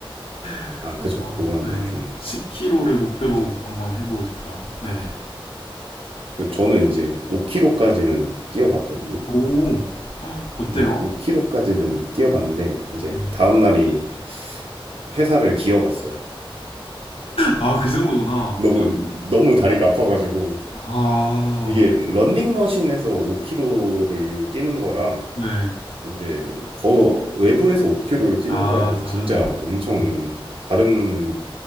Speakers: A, on the left; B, on the right.
A: <laughs>
B: 아,
A: 한번,
B: 그죠. 그거는
A: 네,
B: 좀
A: 10km를 목표로
B: 이제
A: 한번 해보고 싶어요. 네네.
B: 그 저는 이제 5km까지는 뛰어봤거든요.
A: 오, 어때요?
B: 네, 5km까지는 뛰어봤는데 이제
A: 네.
B: 다음 날이 회사를 기어갔어요.
A: 아, 그 정도구나.
B: 너무 너무 다리가 아파가지고
A: 아,
B: 이게 런닝머신에서 5km를 뛰는 거랑
A: 네.
B: 이제 거 외부에서 5km를 뛰는
A: 아,
B: 거랑은
A: 다른
B: 진짜
A: 점.
B: 엄청
A: 음,
B: 다른